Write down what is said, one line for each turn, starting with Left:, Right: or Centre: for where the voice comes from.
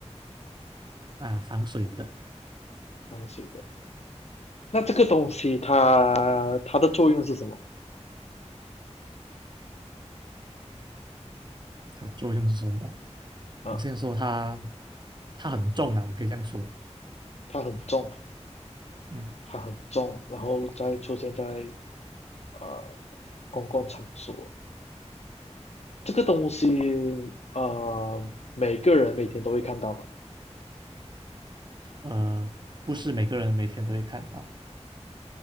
Right: 啊防水的，
Left: 防水的。那这个东西它它的作用是什么
Right: 它作用是什么？
Left: 啊？
Right: 我先说它，它很重啊，我可以这样说，
Left: 它很重，
Right: 嗯，
Left: 它很重，然后再出现在呃公共场所。这个东西啊、呃每个人每天都会看到嘛，
Right: 呃，不是每个人每天都会看到，